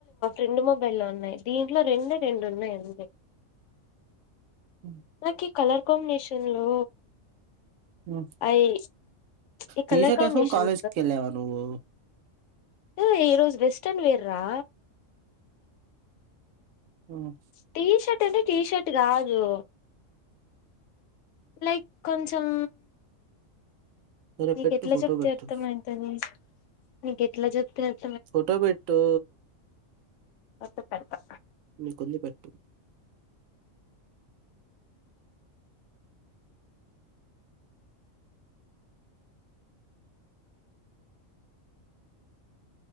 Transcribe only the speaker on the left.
రెండు మొబైల్లు ఉన్నాయి. దీంట్లో రెండే రెండు ఉన్నాయి. అంతే
నాకి కలర్ కాంబినేషన్ లో
అయి ఈ
కలర్ కాంబినేషన్
ఉ ఈ రోజు వెస్టర్న్ వేర్ రా
టీషర్ట్ అంటే టీషర్ట్ కాదు లైక్ కొంచెం
నీకు
ఎట్లా
చెప్తే
అర్థమయి తది నీకు ఎట్లా చెప్తే ఆ
ఒకే పెడతా